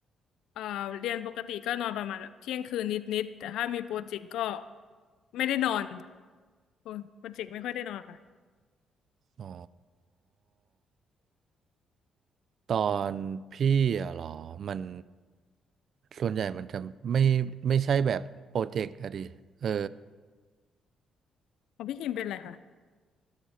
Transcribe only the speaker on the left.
เอ่อเรียนปกติก็นอนประมาณแบบเที่ยงคืนนิดๆแต่ถ้ามีโปรเจกต์ก็ไม่ได้นอนโอ้โปรเจกต์ไม่ค่อยได้นอนค่ะ
ของพี่คิมเป็นอะไรคะ